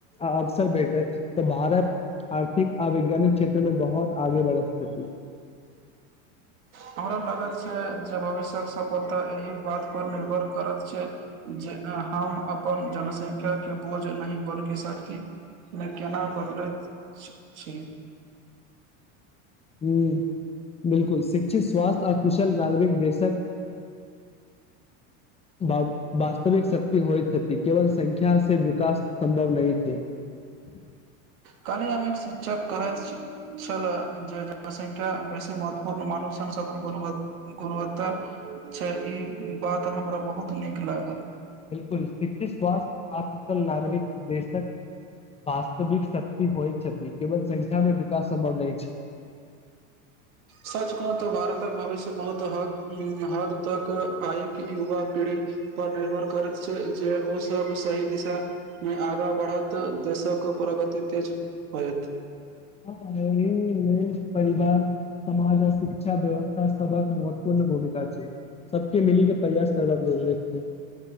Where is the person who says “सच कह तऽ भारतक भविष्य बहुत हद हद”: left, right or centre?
Right